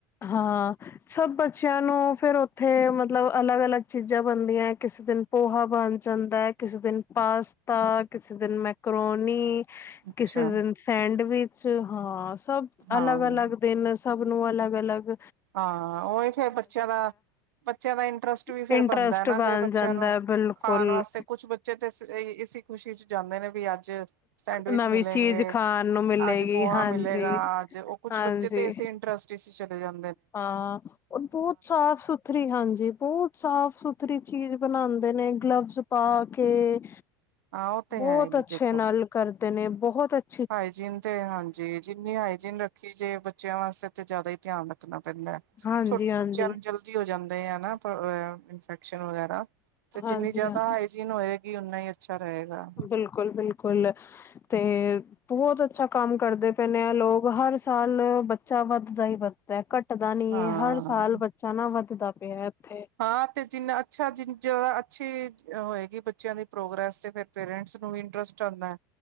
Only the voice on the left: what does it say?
ਹਾਂ। ਸਭ ਬੱਚਿਆਂ ਨੂੰ ਫੇਰ ਉੱਥੇ ਮਤਲਬ ਅਲੱਗ ਅਲੱਗ ਚੀਜ਼ਾਂ ਬਨਦੀਆਂ। ਕਿਸੇ ਦਿਨ ਪੋਹਾ ਬਨ ਜਾਂਦਾ ਐ। ਕਿਸੇ ਦਿਨ ਪਾਸਤਾ, ਕਿਸੇ ਦਿਨ ਮੈਕਰੋਨੀ।
ਕਿਸੇ ਦਿਨ ਸੈਂਡਵਿਚ ਹਾਂ ਸਭ
ਅਲੱਗ ਅਲੱਗ ਦਿਨ। ਸਭ ਨੂੰ ਅਲਗ ਅਲਗ।
ਹੈ
ਇੰਟਰਸਟ
ਬਣ
ਜਾਂਦਾ
ਹੈ ਬਿਲਕੁਲ
ਨਵੀਂ
ਚੀਜ਼ ਖਾਣ ਨੂੰ ਮਿਲੇਗੀ
ਹਾਂਜੀ
ਹਾਂਜੀ
ਹਾਂ ਔਹ ਬੋੱਤ ਸਾਫ ਸੁਥ ਰੀ ਹਾਂਜੀ, ਬਹੁਤ ਸਾਫ਼ ਸੁਥਰੀ ਚੀਜ਼ ਬਨਾਦੇ ਨੇ, ਗਲਵਜ਼ ਪਾ ਕੇ
ਬੋੱਤ
ਅੱਛੇ
ਨਾਲ ਕਰਦੇ ਨੇਬੋੱਤ ਅੱਛ
ਹਾਂਜੀ
ਹਾਂਜੀ
ਹਾਂਜੀ
ਹਾਂ
ਬਿਲਕੁੱਲ, ਬਿਲਕੁੱਲ ਤੇ ਬੋੱਤ ਅੱਛਾ ਕੰਮ ਕਰਦੇ ਪਏ ਨੇ। ਲੋਕ ਹਰ ਸਾਲ ਬੱਚਾ ਵੱਧਦਾ ਹੀ ਵੱਧ ਐ ਘੱਟਦਾ ਨੀ
ਏ, ਹਰ ਸਾਲ ਬੱਚਾ ਨਾ ਵੱਧਦਾ ਪਿਆ ਇੱਥੇ।